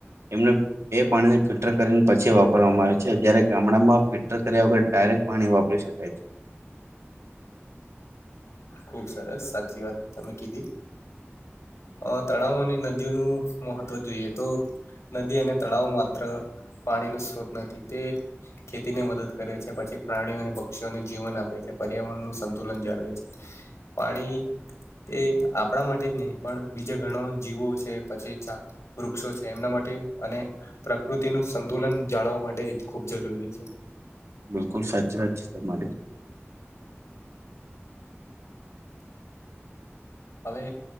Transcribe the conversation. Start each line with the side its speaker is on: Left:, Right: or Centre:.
Right: એમને એ પાણીને ફિલ્ટર કરીને પછી વાપરવામાં આવે છે જયારે ગામડામાં ફિલ્ટર કર્યા વગર ડાયરેક્ટ પાણી વાપરી શકાય છે.
Left: ખુબ સરસ સાચી વાત તમે કીધી. અ તળાવો અને નદીઓનું મહત્વ જોઈએ તો નદી અને તળાવ માત્ર પાણી નો સ્ત્રોત નથી તે ખેતીને મદદ કરે છે પછી પ્રાણીઓ અને પક્ષીઓને જીવન આપે છે પર્યાવરણ નું સંતુલન જાળવે છે. પાણી તે આપણા માટે જ નહી પણ બીજા ઘણો જીવો છે પછી વૃક્ષો છે એમના માટે અને પ્રકૃતિનું સંતુલન જાળવવા માટે જ ખૂબ જરૂરી છે.
Right: બિલકુલ સાચી વાત છે તમારી.
Left: હવે